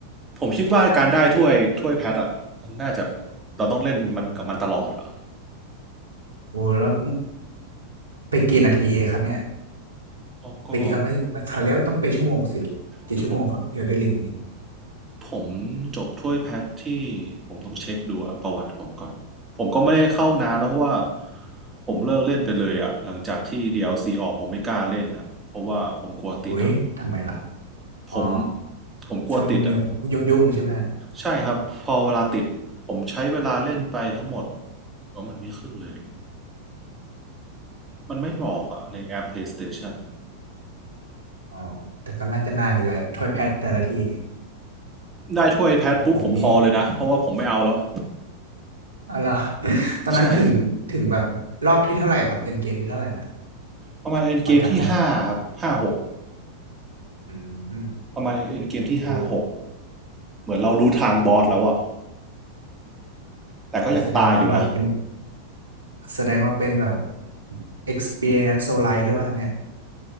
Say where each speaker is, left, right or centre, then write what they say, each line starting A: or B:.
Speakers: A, on the right; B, on the right.
A: ผมคิดว่าการได้ถ้วยถ้วยแพทอ่ะมันน่าจะเราต้องเล่นมันกับมันตลอดอ่ะ
B: โอ้แล้วไปกี่นาทีครับเนี่ย
A: ก็
B: ไปกี่เอาไม่เขาเรียกว่าต้องเป็นชั่วโมงสิกี่ชั่วโมงครับเอลเดนริง
A: เดี๋ยวผม ผมจบถ้วยแพทที่ผมต้องเช็คดูอะประวัติผมก่อนผมก็ไม่ได้เข้านานแล้วเพราะว่าผมเลิกเล่นไปเลยอะหลังจากที่ DLC อลซีออกผมไม่กล้าเล่นอะเพราะว่าผมกลัวติดอะ
B: อุ๊ยทำไมล่ะอ๋อ
A: ผมผมกลัวติดอะ
B: ช่วงยุ่งยุ่งๆใช่ไหมฮะ
A: ใช่ครับพอเวลาติดผมใช้เวลาเล่นไปทั้งหมดว่ามันไม่ขึ้นเลยหรอมันไม่บอกอะในแอป PlayStation
B: อ๋อแต่ก็น่าจะนานอยู่แหละถ้วยแพทแต่ละทีนี่
A: ได้ถ้วยแพทปุ๊บผมพอเลยนะเพราะว่าผมไม่เอาแล้ว
B: ของผมนี่อะไรอ <laughs> ตอนนั้นถึงถึงแบบรอบที่เท่าไหร่ครับเอ็นเกมที่เท่าไหร่นะ
A: ใช่ประมาณเอ็นเกมที่ห้าครับห้าหก
B: พอจำได้ไหมครับอืม
A: ประมาณเอ็นเกมที่ห้าหก
B: โอ้
A: เหมือนเรารู้ทางบอสแล้วอะแต่ก็ยังตายอยู่นะ
B: โหแสดงว่าแบบเป็นแสดงว่าเป็นแบบ experience so l i g h หรือเปล่าเนี่ย